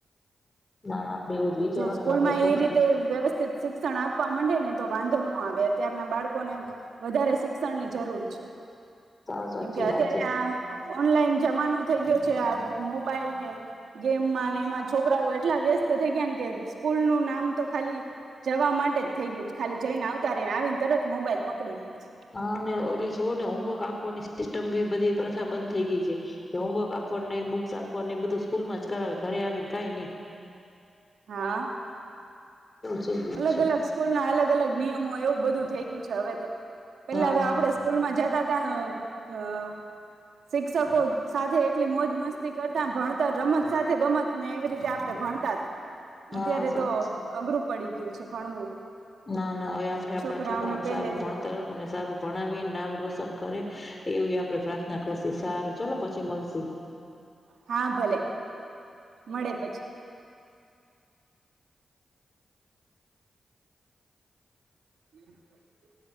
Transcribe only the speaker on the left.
ના આપડે એવું જ વિચારવાનું
આપડા છોકરાને
સાવ સાચી
વાત છે
હા ને ઓલી જોઓ ને હોમવર્ક આપવાની સિસ્ટમ ભી બધી પ્રથા બંધ થઈ ગઈ છે કે હોમવર્ક આપવાનું ન બુક્સ આપવાનું બધું સ્કૂલમાં જ કરાવે ઘરે આવીને કઈ નહી.
થઈ ગયું
છે
હા
હા
હા
સાચી
ના ના હવે આપણે આપણા
છોકરાને
સારું
ભણતર અને સારું ભણાવી નામ રોશન કરે એવી આપડે પ્રાર્થના કરશી સારું ચલો પછી મળશી.